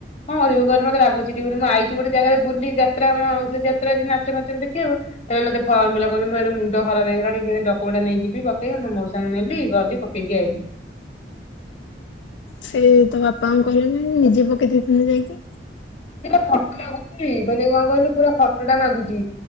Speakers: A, on the left; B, on the left.
A: <unintelligible> କହିଲୁ ମତେ ରାଗଚିଡିବନି। ମୁଁ ଆଇଚି ଗୋଟେ ଜାଗାରେ ବୁଲି ଯାତ୍ରା ମୋ ସେ ଯାତ୍ରା ରେ ନାଚ ମାଚ ଦେଖିବାକୁ। ସେ କହିଲେ ତୋ ଫର୍ମ ଫିଲବ କରିବୁ ମୁଁ ଏଣେ ମୁନଡ ଖରାପ ହେଇଗଲାଣି। କେମିତି ଡକୋମେଣ୍ଟ ଟା ନେଇକି ଯିବି ପକେଇବି। ମୁଁ ମୋଉସାଙ୍କୁ ନେଲି ଗଲି। ଟିବିଆଇ।
B: ସେ ତ ବାପାଙ୍କୁ କହିଲୁନି ନିଜେ ପକେଇ ଦେଇଥାନ୍ତେ ଯାଇକି।
A: ସେଟା ଫଟୋ ମାଗୁଚି ମାନେ କଣ କହିଲୁ ପୁରା ଫଟୋ ଟା ମାଗୁଚି।